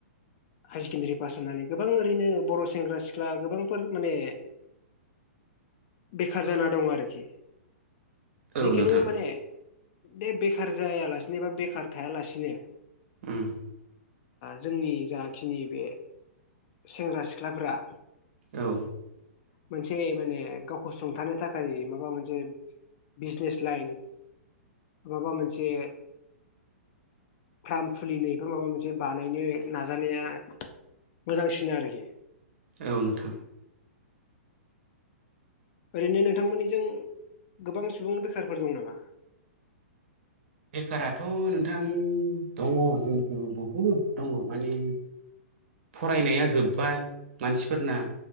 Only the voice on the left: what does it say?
हायार सेकेण्डारि पास जानानै गोबां ओरैनो बर' सेंग्रा सिख्ला गोबांफोर माने बेखार जाना दं आरोखि जिखुनु
माने बे बेखार जायालासिनो बा बेखार थायालासिनो
जोंनि जाखिनि बे सेंग्रा सिख्लाफोरा
मोनसे माने गावखौ सुंथानो थाखाय माबा मोनसे बिजनेस लाइन माबा मोनसे फार्म खुलिनो एबा माबा मोनसे बानायनो नाजानाया मोजांसिन आरोखि
ओरैनो नोंथांमोननिजों गोबां सुबुं बेखारफोर दं नामा